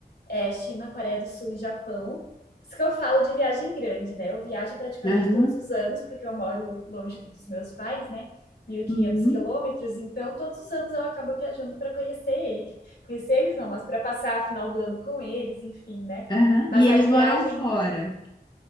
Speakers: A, on the left; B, on the left.
A: é, China, Coreia do Sul e Japão. isso que eu falo de viagem grande, né? Eu viajo praticamente
B: Aham.
A: todos os anos, porque eu moro longe dos meus pais, né? Mil e quinhentos
B: Uhum.
A: quilômetros, então todos os anos eu acabo viajando para conhecer ele. Conhecer eles não, mas para passar a final do ano com eles, enfim, né?
B: Aham.
A: Mas
B: E eles
A: aí viagem,
B: moram fora.